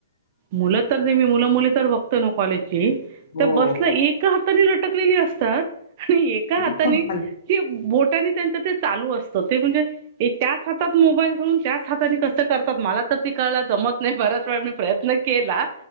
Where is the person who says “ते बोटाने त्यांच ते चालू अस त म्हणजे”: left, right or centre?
Right